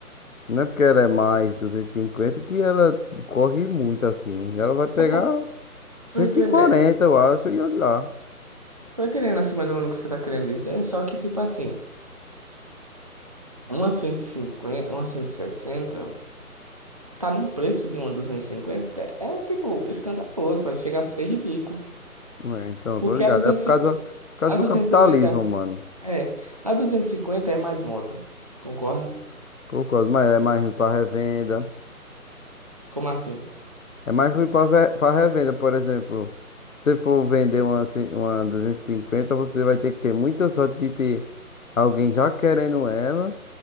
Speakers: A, on the left; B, on the right.
A: Não é porque ela é mais 250 que ela corre muito, assim. Ela vai pegar
B: É porque
A: cento
B: tô entendendo.
A: e quarenta, eu acho, e olha lá.
B: Tô entendendo assim mais ou menos o que você tá querendo dizer, só que tipo assim, uma 150, uma 160, tá num preço de uma 250, é tipo escandaloso, pode chegar a ser ridículo.
A: É, então,
B: Porque
A: tô ligado.
B: a duzentos
A: É por
B: e
A: causa...
B: cinquenta,
A: Por causa
B: a
A: do
B: 250
A: capitalismo, mano.
B: é, a 250 é mais moto. Concorda?
A: Concordo, mas é mais ruim para revenda.
B: Como assim?
A: É mais ruim para revenda, por exemplo. Se você for vender uma, ci- uma 250, você vai ter que ter muita sorte de ter alguém já querendo ela,